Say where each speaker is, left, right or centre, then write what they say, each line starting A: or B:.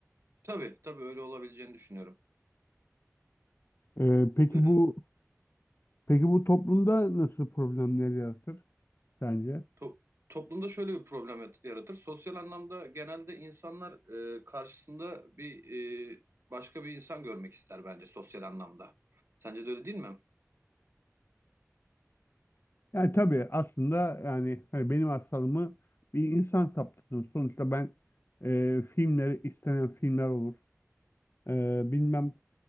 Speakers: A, on the right (about 60°); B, on the left (about 50°).
A: Tabii tabii öyle olabileceğini düşünüyorum.
B: Ee, peki
A: Ee,
B: bu peki bu toplumda nasıl problemler yaratır sence?
A: To- toplumda şöyle bir problem et- yaratır. Sosyal anlamda genelde insanlar e, karşısında bir e, başka bir insan görmek ister bence sosyal anlamda. Sence de öyle değil mi?
B: Yani tabii aslında yani hani benim hastalığımı bir insan saptasın. Sonuçta ben e, filmleri istenen filmler olur. E, bilmem